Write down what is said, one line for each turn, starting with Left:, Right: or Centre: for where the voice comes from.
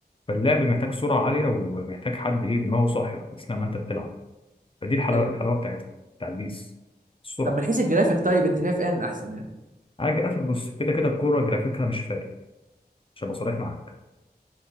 Left: فاللعب محتاج سرعة عالية ومحتاج حد ايه دماغه صاحية اثناء ما انت بتلعب فدي الحلاوه
Right: ايوه
Left: الحلاوه
Right: ايوه
Left: بتاعتها بتاعت بيس السرعه
Right: طب من حيث الجرافيك طيب انت شايف ان احسن يعني
Left: على الجرافيك بص كده كده الكوره جرافيكها مش فارق عشان ابقى صريح معاك